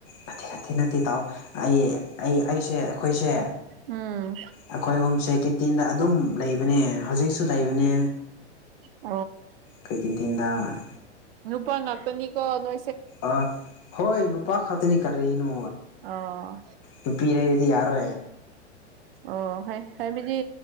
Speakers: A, on the left; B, on the right.
A: ꯅ ꯅ ꯅꯠꯇꯦ ꯇꯥꯎ ꯑꯩ ꯑꯩ ꯑꯩꯁꯦ ꯑꯩꯈꯣꯏꯁꯦ
B: ꯎꯝ
A: ꯑꯩꯈꯣꯏ ꯑꯍꯨꯝꯁꯦ ꯀꯦꯇꯤꯟꯗ ꯑꯗꯨꯝ ꯂꯩꯕꯅꯦ ꯍꯧꯖꯤꯛꯁꯨ ꯂꯩꯕꯅꯦ
B: ꯆ
A: ꯀꯩꯀꯤꯟ ꯇꯤꯟꯗꯗꯥ
B: ꯅꯄꯥꯅꯥꯥꯛꯇꯅꯤ ꯀꯣ ꯅ
A: ꯑ ꯍꯣꯏ ꯅꯨꯄꯥ ꯈꯇꯅꯤ ꯀꯔꯅꯣ
B: ꯑꯣ
A: ꯅꯨ ꯄꯤꯔꯗꯤ ꯌꯥꯔꯣ
B: ꯑꯣ ꯍꯥꯏ ꯍꯥꯏ ꯃꯤꯖꯤ